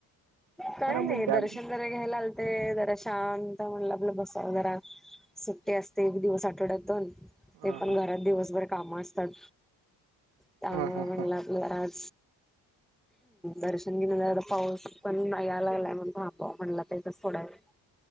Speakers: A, in the centre; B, on the right.
A: काय
B: जरा मज्जा
A: नाही दर्शन जरा घ्यायला. ते जरा शांत म्हणलं आपलं बसाव जरा सुट्टी असते एक दिवस आठवड्यात दोन.
B: ह
A: ते
B: हा
A: पण घरात दिवसभर काम असतात त्यामुळे
B: ह ह
A: म्हणला
B: ह
A: घरात.. दर्शन घेण्याला पाऊस पण नाही आला <unintelligible>